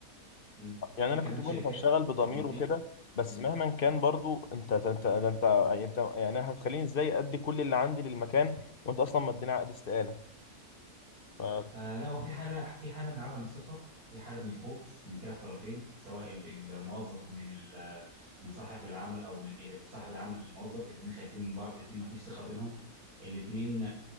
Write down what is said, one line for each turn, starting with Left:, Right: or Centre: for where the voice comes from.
Right: م،
Left: يعني
Right: في
Left: انا
Right: كمان
Left: كنت
Right: شركات
Left: بقول لك هشتغل بضمير
Right: بتمضيك
Left: وكده بس
Right: م،
Left: مهما كان برضو انت انت ده انت انت يعني أنا هتخليني ازاي ادي كل اللي عندي للمكان وانت اصلا مديني عقد استقاله ف
Right: آه لا هو في حاله في حاله من عدم الثقه في حاله من الخوف من كلا الطرفين سواء ال- ال- الموظف من ال- من صاحب العمل او من من صاحب العمل للموظف الاثنين خايفين من بعض الاثنين ما فيش ثقه بينهم الاثنين